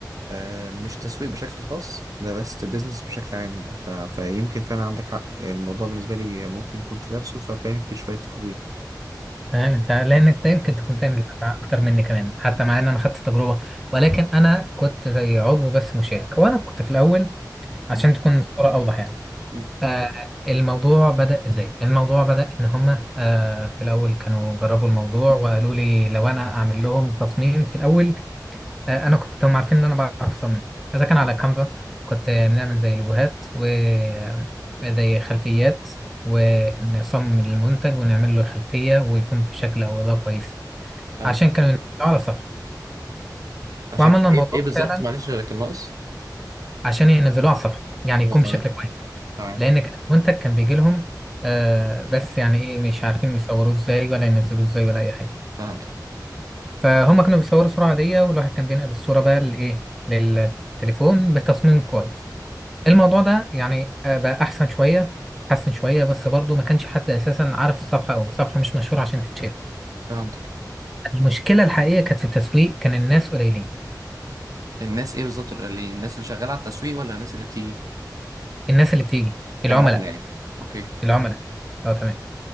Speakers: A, on the right; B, in the centre.
A: آه مش تسويق بشكل خاص ده بس بيزنس بشكل عام يعني ف... فيمكن فعلا عندك حق الموضوع بالنسبة لي ممكن كنت دارسه ففاهم فيه شوية تفاصيل
B: تمام انت لانك أنت يمكن تكون فاهم دلوقتي اكتر مني كمان حتى مع ان انا خدت التجربه ولكن انا كنت زي عضو بس مشارك وانا كنت في الاول عشان
A: مم.
B: تكون الصوره اوضح يعني
A: مم.
B: آه، الموضوع بدأ ازاي؟ الموضوع بدأ ان هما آه، في الاول كانوا جربوا الموضوع وقالوا لي لو انا اعمل لهم تصميم في الاول آه، انا كنت هم عارفين ان انا بعرف اصمم اذا كان على كانفا كنت بنعمل زي لوجوهات وزي خلفيات ونصمم المنتج ونعمل له خلفية ويكون في شكل او اضاءة كويس
A: فاهم
B: عشان كانوا ينزلوه على الصفحة
A: عشان
B: وعملنا
A: كده
B: الموضوع
A: ايه ايه
B: فعلا
A: بذلك الناقص
B: عشان ينزلوه على الصفحة يعني يكون
A: اه تمام
B: بشكل كويس
A: تمام
B: لان كان المنتج كان بيجي لهم آه بس يعني ايه مش عارفين يصوروه ازاي ولا ينزلوه ازاي ولا اي حاجه
A: فهمتك
B: فهم كانوا بيصوروا صوره عاديه والواحد كان بينقل الصوره بقى لايه للتليفون بتصميم كويس الموضوع ده يعني آه، بقى احسن شويه حسن شويه بس برضو ما كانش حد اساسا عارف الصفحه او الصفحه مش مشهوره عشان تتشاف
A: فهمتك
B: المشكله الحقيقيه كانت في التسويق كان الناس قليلين
A: الناس ايه بالظبط اللي- الناس اللي شغاله على التسويق ولا الناس اللي بتيجي
B: الناس اللي بتيجي العملاء
A: العملاء يعني اوكي
B: العملاء اه تمام